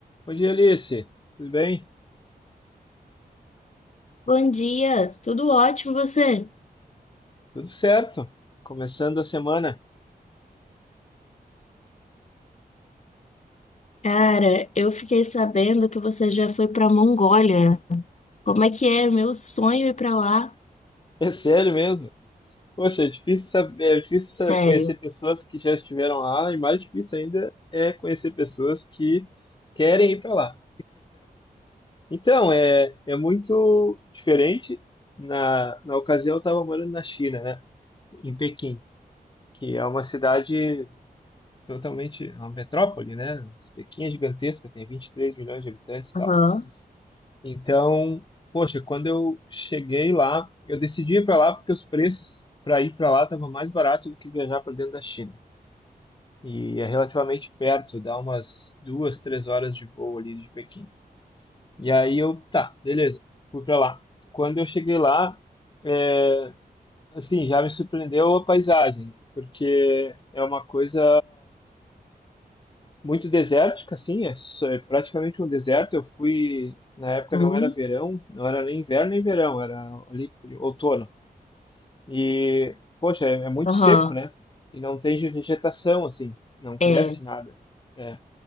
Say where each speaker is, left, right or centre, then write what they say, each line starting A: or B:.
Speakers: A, on the left (about 30°); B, on the left (about 45°).
A: Bom dia, Alice. Tudo bem?
B: Bom dia, tudo ótimo você?
A: Tudo certo? Começando a semana. <laughs>
B: Cara, eu fiquei sabendo que você já foi pra Mongólia. Como é que é? É Meu sonho é ir pra lá.
A: É sério mesmo? Poxa, é difícil saber, é difícil sa-
B: Sério.
A: conhecer pessoas que já estiveram lá e mais difícil ainda é conhecer pessoas que querem ir para lá. Então, é, é muito diferente. Na, na ocasião, eu estava morando na China, né? Em Pequim, que é uma cidade totalmente, é uma metrópole, né? Pequim é gigantesca, tem 23 milhões de habitantes e
B: Aham.
A: tal. Então, poxa, quando eu cheguei lá, eu decidi ir para lá porque os preços para ir para lá estavam mais baratos do que viajar para dentro da China. E é relativamente perto, dá umas duas, três horas de voo ali de Pequim. E aí eu, tá, beleza, fui para lá. Quando eu cheguei lá, é, assim, já me surpreendeu a paisagem, porque é uma coisa Muito desértica, assim, é, só- é praticamente um deserto. Eu fui, na época
B: Uhum.
A: não era verão, não era nem inverno nem verão, era ali por outono. E, poxa, é, é muito
B: Aham.
A: seco, né? E não tem vegetação, assim, não cresce
B: É.
A: nada. É,